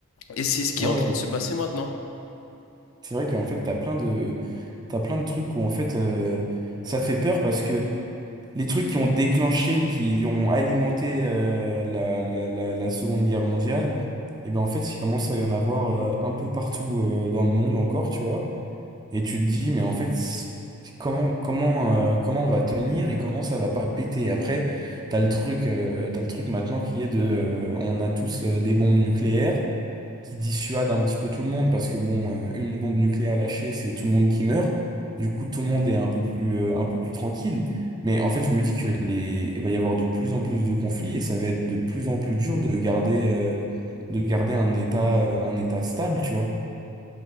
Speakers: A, on the left; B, on the right.
A: Et c'est ce qui
B: ouais,
A: est en train
B: ouais.
A: de se passer maintenant.
B: C'est vrai qu'en fait, t'as plein de, t'as plein de trucs où, en fait, euh, ça fait peur parce que. les trucs qui ont déclenché ou qui ont alimenté euh, la, la, la, la Seconde Guerre mondiale, et ben en fait, il commence à y en avoir euh, un peu partout euh, dans le monde encore, tu vois. Et tu te dis, mais en fait, c- comment, comment, euh, comment on va tenir et comment ça va pas péter? Après, t'as le truc, euh, t'as le truc maintenant qui est de, euh, on a tous euh, des bombes nucléaires qui dissuade un petit peu tout le monde parce que bon, euh, une bombe nucléaire lâchée, c'est tout le monde qui meurt. Du coup, tout le monde est un peu plus, euh, un peu plus tranquille. Mais en fait, je me dis que les, il va y avoir de plus en plus de conflits et ça va être de plus en plus dur de garder, euh, de garder un état, euh, un état stable, tu vois.